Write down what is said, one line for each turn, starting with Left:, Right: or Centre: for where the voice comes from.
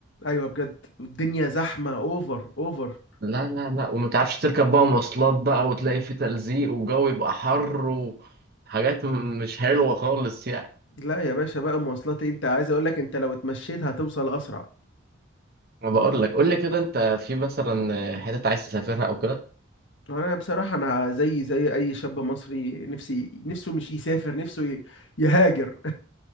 Left: ايوه بجد الدنيا زحمة اوفر اوفر
Right: لا لا لا وما تعرفش تركب بقى مواصلات بقى وتلاقي في تلزيق وجو يبقى حر وحاجات م- مش حلوه خالص يعني
Left: لا يا باشا بقى مواصلات إيه؟ انت عايز اقول لك انت لو اتمشيت هتوصل اسرع
Right: ما بقول لك قول لي كده انت في مثلا حتت عايز تسافرها او كده
Left: انا بصراحة انا زي زي اي شاب مصري نفسي نفسه مش يسافر نفسه ي- يهاجر